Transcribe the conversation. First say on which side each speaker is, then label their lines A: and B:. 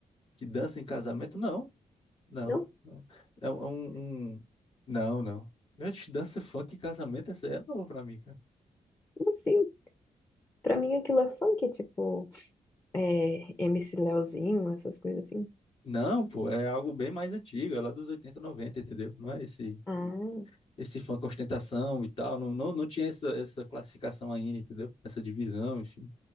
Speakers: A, on the left (about 50°); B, on the left (about 20°).
A: Que dança em casamento? Não, não,
B: Não?
A: não. É um, um... um, Não, não. Gente, Dança funk em casamento, essa aí é nova pra mim, cara.
B: Como assim? Pra mim aquilo é funk, tipo, é, MC Leozinho, essas coisas assim.
A: Não, pô, é algo bem mais antigo, é lá dos 80, 90, entendeu? Não é esse
B: Ah,
A: esse funk com ostentação e tal, não, não, não tinha essa, essa classificação ainda, entendeu? Essa divisão, enfim.